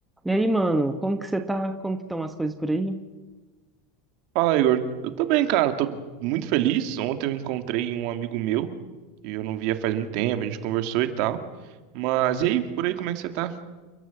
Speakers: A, in the centre; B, on the right.
A: E aí, mano, como que você tá? Como que estão as coisas por aí?
B: Fala, Igor. Eu tô bem, cara. Tô muito feliz. Ontem eu encontrei um amigo meu que eu não via faz muito tempo. A gente conversou e tal. Mas e aí, por aí, como é que você tá?